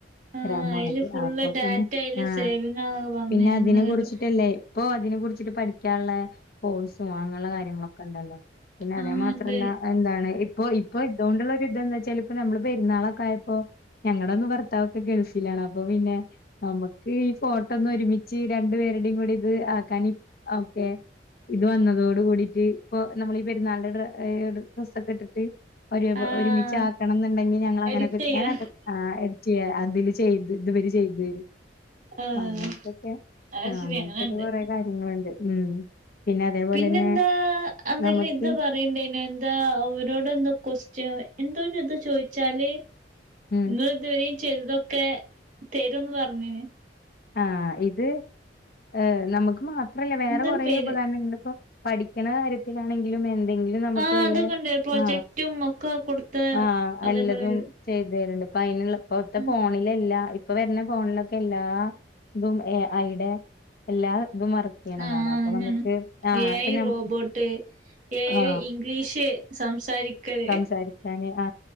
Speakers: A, on the right; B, on the left.
A: ആഹ്
B: വരാൻ പോണത്.
A: അയില് ഫുള്ള്
B: അപ്പൊ
A: ഡാറ്റ
B: പിന്നെ
A: അയില്
B: ആ
A: സേവിങ്ങാന്നൊക്കെ പറഞ്ഞ്
B: പിന്നെ അതിനെ
A: അങ്ങനെ കേട്ടു
B: കുറിച്ചിട്ടല്ലേ ഇപ്പോ അതിനെ കുറിച്ചിട്ട് പഠിക്കാള്ളെ കോഴ്‌സ് അങ്ങനെള്ള കാര്യങ്ങളൊക്കെണ്ടല്ലോ പിന്നെ അതേ
A: ആഹ്
B: മാത്രല്ല
A: ഇണ്ട്
B: എന്താണ് ഇപ്പൊ ഇപ്പൊ ഇതോണ്ട് ള്ളൊരു ഇതെന്താ ചിലപ്പോ നമ്മള് പെര്ന്നാളൊക്കയപ്പോ ഞങ്ങടെന്നും ഭർത്താവെക്കെ ഗൾഫിലാണ് അ പ്പൊ പിന്നെ നമക്ക് ഈ ഫോട്ടോന്നൊരുമിച്ച് രണ്ടു പേരു ടിം കൂടി ഇത് ആക്കാൻ ആ കെ ഇത് വന്നതോട് കൂടിട്ട് ഇപ്പൊ നമ്മൾഈ പെര്ന്നാളിൻ്റെ ഡ്ര അ് ഡ്രസ്സൊക്കെ ട്ടിട്ട്. ഒരു
A: ആഹ്
B: ഒരുമി ആക്കണം ന്ന്ണ്ടെങ്കി ഞങ്ങൾ അങ്ങനക്കെ
A: എഡിറ്റ് ചെയ്യാ
B: ഞാനത് ആ എഡറ്റ് ചെയ്യ അതില് ചെയ് ഇതുവരെ ചെയ്തരും
A: ആഹ്
B: പ്പ അങ്ങൻത്തൊക്കെ
A: അത്
B: ആ
A: ശരി
B: അങ്ങൻ
A: അങ്ങനെണ്ട്
B: ത്തൊക്കെ കൊറേ കാര്യങ്ങള്ണ്ട്. ഉം പിന്നെ അതേപോലെന്നെ
A: പിന്നെന്താ എന്തേലും
B: നമുക്ക്
A: ഇത് പറയണ്ടെനി എന്താ അവരോടെന്തൊ കൊസ്റ്റ്യൻ എന്തോ രിത് ചോയ്ച്ചാല്
B: ഉം
A: നി ഇതുവരെ ചെയ്ത ന്തൊക്കെ തരുന്ന് പർഞ്ഞി ണ്.
B: ആ ഇത് ഏ നമക്ക് മാത്രല്ല വേറെ
A: എന്തൊരു
B: കൊറെ
A: പേര്
B: ഉപകരങ്ങങ്ങിപ്പോ പഠിക്ക്ണ കാര്യത്തിലാണെങ്കിലും എ എന്തെങ്കിലും നമക്ക്
A: ആഹ്
B: വല്ല
A: അതൊക്കെ ഉണ്ട് പ്രൊജക്റ്റും
B: ആ
A: ഒക്കെ കൊടുത്ത്
B: ആ
A: അതേപോലെ
B: അല്ലതും
A: വരും
B: ചെയ് തെര്ണ്ട്. അപ്പയ്ന്ള്ള ഇപ്പ ത്തെ
A: ഉം
B: ഫോണിലെല്ലാ ഇപ്പൊ വര്ന്ന ഫോണിലൊക്കെല്ലാ ഇതും ഏ ആയ്ടെ എല്ലാ തും വർക്കെയ്യ്ണതാണ്
A: ആഹ് അതന്നെയാണ്
B: അപ്പൊ നമക്ക് ആ
A: എ
B: ആപ്പ
A: ഐ
B: നമ്മ
A: റോബോട്ട് എ
B: ആ
A: ഐ ഇംഗ്ലീഷ് സംസാരിക്കല്
B: സംസാരിക്കാന് ആ